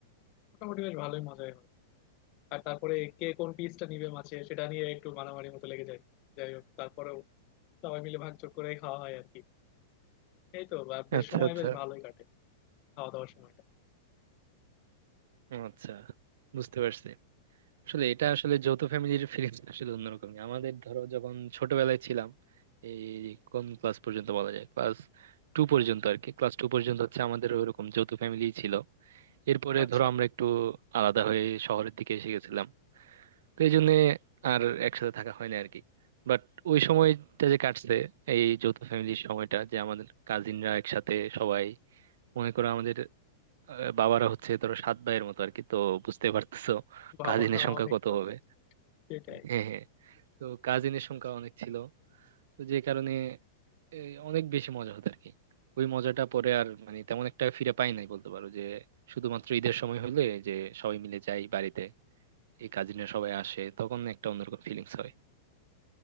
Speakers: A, on the left; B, on the right.
A: মোটামুটি বেশ ভালোই মজাই হয় আর তারপরে কে কোন পিসটা নিবে মাছে সেটা নিয়ে একটু মারামারি মতো লেগে যায় যাই হোক তারপরেও সবাই মিলে ভাগযোগ করে খাওয়া হয় আর কি এই তো বা বেশ
B: আচ্ছা
A: সময়
B: আচ্ছা
A: বেশ ভালোই কাটে খাওয়া দাওয়ার সময়টা
B: ও আচ্ছা বুঝতে পারছি আসলে এটা আসলে যৌথ ফ্যামিলির ফিলিংস আসলে অন্যরকমই আমাদের ধরো যখন ছোটবেলায় ছিলাম এই কোন ক্লাস পর্যন্ত বলা যায় ক্লাস টু পর্যন্ত আর কি ক্লাস টু পর্যন্ত হচ্ছে আমাদের ওইরকম যৌথ ফ্যামিলি ছিল এরপরে
A: আচ্ছা
B: ধরো আমরা একটু আলাদা হয়ে শহরের দিকে এসে গেছিলাম তো এই জন্য আর একসাথে থাকা হয় না আর কি বাট ওই সময়টা যে কাটছে এই যৌথ ফ্যামিলির সময়টা যে আমাদের কাজিনরা একসাথে সবাই মনে করো আমাদের আহ, বাবারা হচ্ছে ধরো সাত ভাইয়ের মতো আর কি তো বুঝতে পারতেছো
A: বাবা
B: কাজিনের সংখ্যা
A: অনেক
B: কত
A: তো
B: হবে
A: সেটাই
B: হ্যাঁ হ্যাঁ তো কাজিনের সংখ্যা অনেক ছিল তো যে কারণে এ, অনেক বেশি মজা হতো আর কি ওই মজাটা পরে আর মানে তেমন একটা ফিরে পাই নাই বলতে পারো যে শুধুমাত্র ঈদের সময় হলে যে সবাই মিলে যাই বাড়িতে এই কাজিনরা সবাই আসে তখন একটা অন্যরকম ফিলিংস হয়